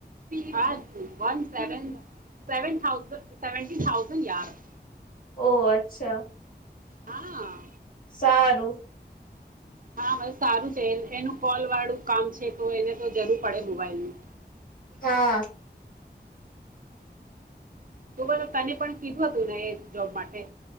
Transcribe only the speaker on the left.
ઓહ અચ્છા
સારુ
હા